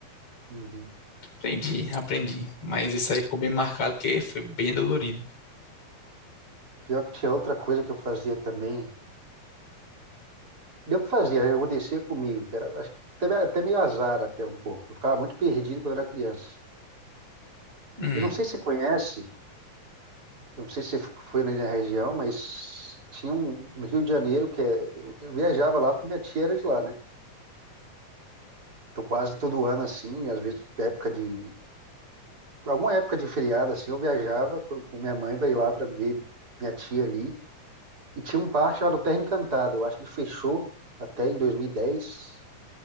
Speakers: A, on the right; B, on the left.
A: uhum.
B: aprendi, aprendi, mas isso aí ficou bem marcado, porque foi bem dolorido.
A: Pior que tinha outra coisa que eu fazia também. deu que fazia, né? acontecia comigo, que era acho que até, até meio azar até um pouco. Eu ficava muito perdido quando era criança.
B: Hum,
A: Eu não sei se você conhece, eu não sei se você foi na na região, mas tinha um no Rio de Janeiro que é, eu, eu viajava lá porque minha tia era de lá, né? Então quase todo ano assim, às vezes época de, de alguma época de feriado assim, eu viajava com com minha mãe para ir lá para ver minha tia ali e tinha um parque chamado Terra Encantada. Eu acho que ele fechou até em 2010